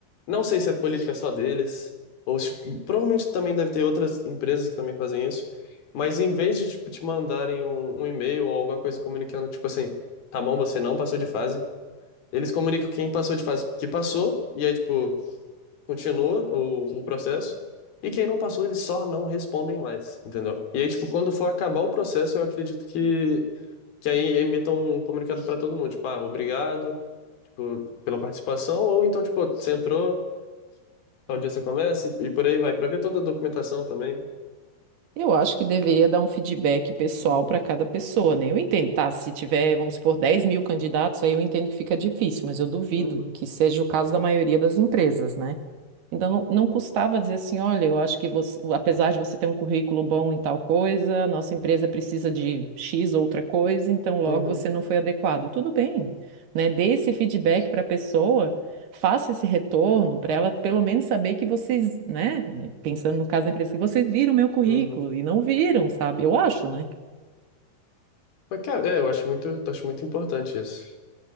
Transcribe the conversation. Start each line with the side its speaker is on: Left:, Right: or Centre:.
Left: não sei se é política só deles, ou tipo, provavelmente também deve ter outras empresas que também fazem isso. Mas em vez de, tipo, te mandarem um, um e-mail ou alguma coisa comunicando, tipo assim, tá bom, você não passou de fase, eles comunicam quem passou de fase que passou, e aí, tipo, continua o, o processo. E quem não passou, eles só não respondem mais, entendeu? E aí, tipo, quando for acabar o processo, eu acredito que que aí emitam um comunicado para todo mundo, tipo, ah, obrigado, tipo, pela participação, ou então, tipo, você entrou, tal dia você começa, e, e por aí vai, para ver toda a documentação também.
Right: Eu acho que deveria dar um feedback pessoal
Left: Uhum,
Right: para cada pessoa, né? Eu entendo, tá? Se tiver, vamos supor, 10 mil candidatos, aí eu entendo que fica difícil, mas eu duvido
Left: uhum,
Right: que seja o caso da maioria das empresas, né? Então, não, não custava dizer assim: olha, eu acho que você, apesar de você ter um currículo bom em tal coisa, a nossa empresa precisa de X outra coisa, então logo
Left: uhum,
Right: você não foi adequado. Tudo bem, né? Dê esse feedback para a pessoa faça esse retorno para ela pelo menos saber que vocês, né, pensando no caso da empresa, que vocês viram o meu currículo
Left: uhum.
Right: e não viram, sabe? Eu acho, né?
Left: Mas, cara, é, eu acho muito, acho muito importante isso.